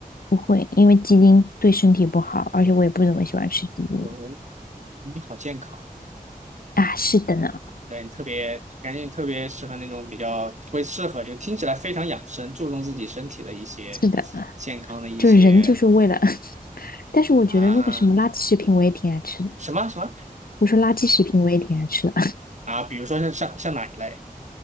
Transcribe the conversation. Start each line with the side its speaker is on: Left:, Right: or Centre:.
Left: 会，因为鸡丁对身体不好，而且我也不怎么喜欢吃鸡丁
Right: 我我你好健康，
Left: 啊。是的呢，
Right: 对，你特别感觉你特别适合那种比较会适合，就听起来非常养生，注重自己身体的一些
Left: 是的，
Right: 健康的一些
Left: 就是人就是为了，<laughs> 但是我觉得那个什么垃圾食品我也挺爱吃的。
Right: 啊。什么什么
Left: 我说垃圾食品我也挺爱吃的。
Right: 啊？比如说像像像哪一类？